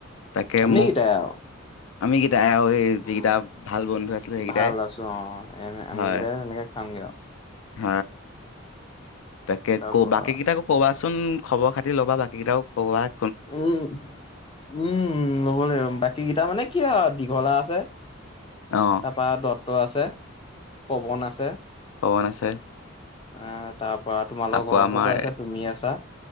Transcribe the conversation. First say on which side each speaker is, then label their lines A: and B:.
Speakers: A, on the left; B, on the left.
A: তাকে
B: আমিকেইটাই
A: মোক
B: আৰু
A: আমি। তাই আৰু এই যিকেইটা
B: উম,
A: ভাল বন্ধু আছিলো সেইকেইটাই
B: ভাল আছো অ', এনে আমিকেইটাই
A: হয়।
B: তেনেকে খামগে আৰু
A: হ তাকে
B: তাৰপৰা
A: ক বাকী কেইটাকো ক'বা চোন। চোন খবৰ খাতি ল'বা বাকীকেইটাও ক'ৰবাত।
B: উম উম ল'ব লাগিব বাকী কেইটা মানে কি হয় দীঘলা আছে।
A: অ
B: তাৰপা দত্ত আছে পৱন আছে।
A: পৱন আছে
B: আহ তাৰ পৰা তোমালৰ
A: আকৌ
B: ঘৰৰ ওচৰতো
A: আমাৰ
B: আছে তুমি আছা।